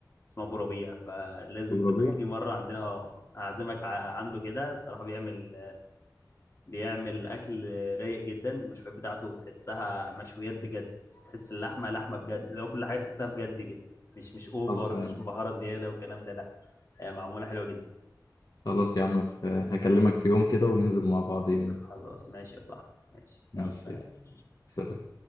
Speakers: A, on the left; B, on the left.
A: اسمه ابو ربيع فلازم
B: أبو
A: تبقى
B: ربيع
A: تيجي مره عندنا اه اعزمك ع- عنده كده الصراحه بيعمل بيعمل اكل رايق جدا المشويات بتاعته تحسها مشويات بجد تحس اللحمه لحمه بجد لو كل حاجه تحسها بجد كده مش مش اوفر
B: خلاص يعني
A: مش مبهره زياده والكلام ده لا آه، معموله حلوه جدا
B: خلاص يا عم ف- هكلمك في يوم كده وننزل مع بعض يوم
A: خلاص ماشي يا صاحبي ماشي
B: ماشي
A: يلا سلام
B: يلا. سلام